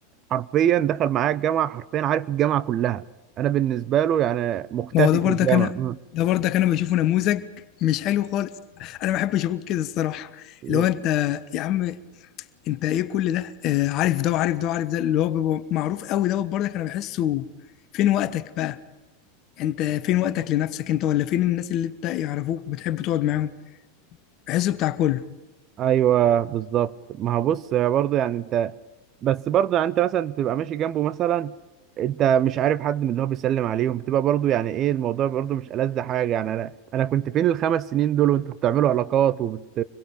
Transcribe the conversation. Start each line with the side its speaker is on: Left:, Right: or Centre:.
Right: حرفيا دخل معايا الجامعة حرفيا عارف الجامعة كلها أنا بالنسبة له يعني مختفي
Left: ما هو ده برضك
Right: في الجامعة
Left: انا
Right: م-
Left: ده برضك انا بشوفه نموذج مش حلو خالص انا ما بحبش اقول كده الصراحه
Right: م-
Left: اللي هو انت يا عم انت ايه كل ده آه عارف ده وعارف ده وعارف ده اللي هو بيبقى معروف قوي دوت برضك انا بحسه فين وقتك بقى انت فين وقتك لنفسك انت ولا فين الناس اللي انت يعرفوك وبتحب تقعد معاهم بحسه بتاع كله
Right: أيوه بالظبط ما هو بص برضه يعني أنت بس برضه يعني أنت مثلا تبقى ماشي جنبه مثلا أنت مش عارف حد من اللي هو بيسلم عليهم بتبقى برضه يعني إيه الموضوع برضه مش ألذ حاجة يعني أنا أنا كنت فين الخمس سنين دول وأنتوا بتعملوا علاقات وبت...